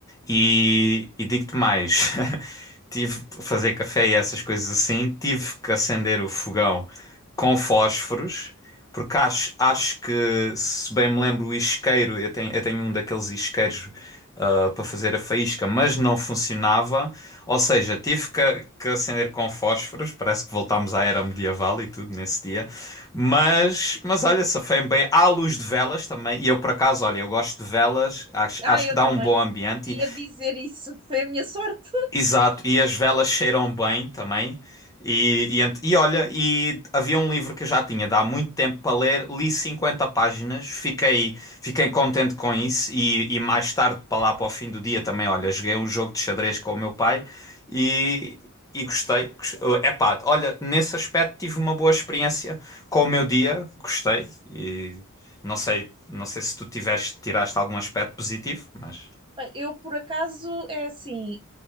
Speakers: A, on the left; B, on the right.
A: E, e digo-te mais, <laughs> tive para fazer café e essas coisas assim, tive que acender o fogão com fósforos, porque acho, acho que, se bem me lembro, o isqueiro, eu tenho, eu tenho um daqueles isqueiros ah, para fazer a faísca, mas não funcionava, ou seja, tive que, que acender com fósforos, parece que voltámos à era medieval e tudo nesse dia. Mas, mas olha, safei-me bem. Há luz de velas também. E eu, por acaso, olha, eu gosto de velas. Acho,
B: Ah,
A: acho
B: eu
A: que dá
B: também.
A: um bom ambiente.
B: Ia dizer isso. Foi a minha sorte. <laughs>
A: Exato, e as velas cheiram bem também. E, e, ent- e olha, e havia um livro que eu já tinha de há muito tempo para ler, li 50 páginas, fiquei, fiquei contente com isso. E, e mais tarde, para lá para o fim do dia, também, olha, joguei um jogo de xadrez com o meu pai e, e gostei. Gos- eh, Epá, olha, nesse aspecto tive uma boa experiência com o meu dia, gostei. E não sei, não sei se tu tiveste, tiraste algum aspecto positivo, mas.
B: Bem, Eu, por acaso, é assim,